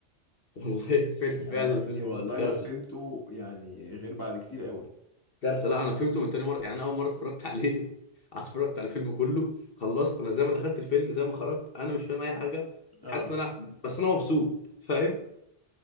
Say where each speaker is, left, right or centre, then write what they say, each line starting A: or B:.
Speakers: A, on the left; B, on the left.
A: <laughs> والله فيلم
B: يعني انا
A: فعلا
B: يا
A: الفيلم
B: ابني والله
A: ده كارثه
B: ما فهمته يعني غير بعد كتير قوي
A: كارثه لا انا فهمته من تاني مره يعني انا اول مره اتفرجت عليه <laughs> اتفرجت على الفيلم كله خلصت انا زي ما دخلت الفيلم زي ما خرجت انا مش فاهم اي حاجه
B: اه
A: حاسس ان انا بس انا مبسوط فاهم